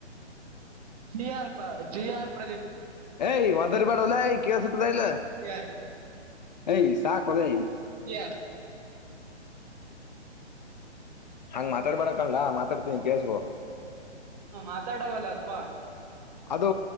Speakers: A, on the right; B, on the left.
A: ಜಿಯಾರ್ ಜಿ ಆರ್ ಪ್ರದೀಪ್
B: ಎ ವದರ ಬೇಡಾ ಲೇ ಕೆಲ್ಸತ್ ಕೆಲ್ಸತದ ಇಲ್ಲ
A: ಚಿಯಾರ್
B: ಎ ಸಾಕ್ ಲೇ
A: ಚಿಯಾರ್
B: ಹಾಂಗ್ ಮಾತಾಡ್ಬೇಡಕಣಲಾ ಮಾತಾಡ್ತೀನಿ ಕೇಳಸಕೋ
A: ಹ ಮಾತಾಡವಲ್ಲ ಅಲ್ಪ
B: ಅದು